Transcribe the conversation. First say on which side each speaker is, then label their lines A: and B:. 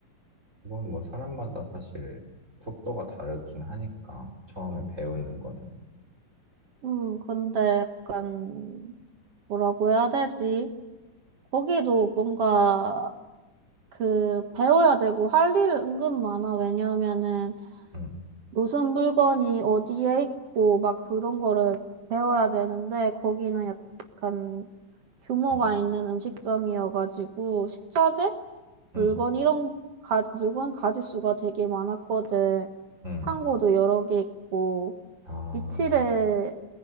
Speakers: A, on the right (about 20°); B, on the right (about 50°).
A: 그건 뭐 사람마다 사실 속도가 다르긴 하니까 처음에 배우는 거는
B: 음, 근데 약간 뭐라고 해야 되지? 거기도 뭔가 그 배워야 되고 할 일은 은근 많아. 왜냐하면은
A: 음,
B: 무슨 물건이 어디에 있고 막 그런 거를 배워야 되는데 거기는 약간 규모가
A: 음,
B: 있는 음식점이어가지고 식자재? 물건
A: 음,
B: 이런 가, 물건 가짓수가 되게 많았거든.
A: 음.
B: 창고도 여러 개 있고
A: 아,
B: 위치를